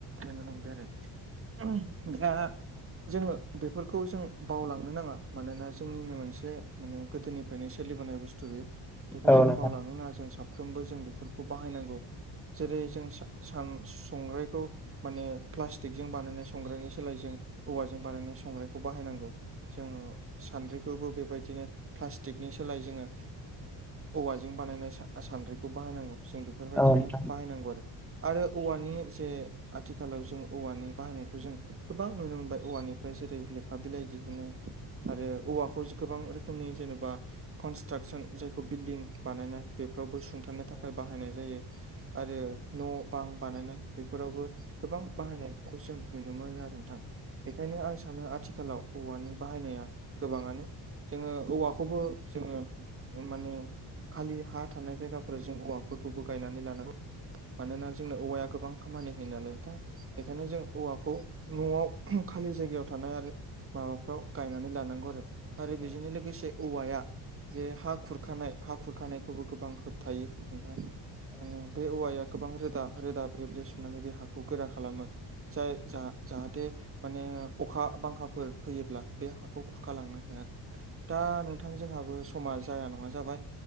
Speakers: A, on the right; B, in the centre.
A: नुनो मोनबाय आरो। दा जोङो बेफोरखौ जों बावलांनो नाङा मानोना जोंनिनो मोनसे माने गोदोनिफ्रायनो सोलिबोनाय बुस्थु बे बेखौ
B: औ
A: जों
B: नोंथां
A: बावलांनो
B: औ नोंथां औ नोंथां
A: नाङा जों साफ्रोमबो जों बेफोरखौ बाहायनांगौ। जेरै जों सान-संग्रायखौ माने प्लास्टिकजों बानायनाय संग्रायनि सोलायजों औवाजों बानायनाय संग्रायखौ बाहायनांगौ। जोङो सान्द्रिखौबो बेबायदिनो प्लास्टिकनि सोलाय जोङो औवाजों बानायनाय सान्द्रिखौ बाहायनांगौ जों बेफोरबायदिनो
B: औ नोंथां औ नोंथां औ नोंथां औ नोंथां औ नोंथां औ नोंथां औ नोंथां
A: बाहायनांगौ आरो। आरो औवानि जे आथिखालाव जों औवानि बाहायनायखौ जों गोबां नुनो मोनबाय औवानिफ्राय जेरै लेखा बिलाइ दिहुनो। आरो औवाखौ गोबां रोखोमनि जेनेबा कनस्ट्राकसन जायखौ बिल्डिं बानायनाय बेफोरावबो सुंथानो थाखाय बाहायनाय जायो, आरो न' बां बानायनाय बेफोरावबो गोबां बाहायनायफोरखौ जों नुनो मोनो आरो नोंथां। बेखायनो आं सानो आथिखालाव औवानि बाहायनाया गोबाङानो जोङो औवाखौबो जोङो माने खालि हा थानाय जायगाफोराव जों हौवाफोरखौबो गायनानै लानांगौ। मानोना जोंनो औवाया गोबां खामानि होयो नालायथाय बेखायनो जों औवाखौ न'आव खालि जायगायाव थानाय आरो माबाफ्राव गायनानै लानांगौ आरो। आरो बेजोंनो लोगोसे औवाया जे हा खुरखानाय हा खुरखानायखौबो गोबां होबथायो बे औवाया गोबां रोदा रोदा ब्रे ब्रे सुनानै बे हाखौ गोरा खालामो जाय जा जाहाथे माने अखा बांखाफोर फैयोब्ला बे हाखौ खुरखालांनो हाया। दा नोंथां जोंहाबो समा जाया नङा जाबाय